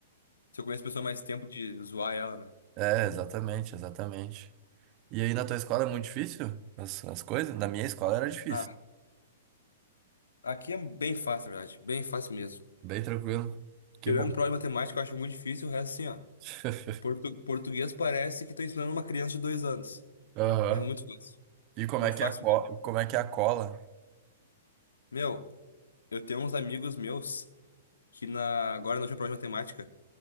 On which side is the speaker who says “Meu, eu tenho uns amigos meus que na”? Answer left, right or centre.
Left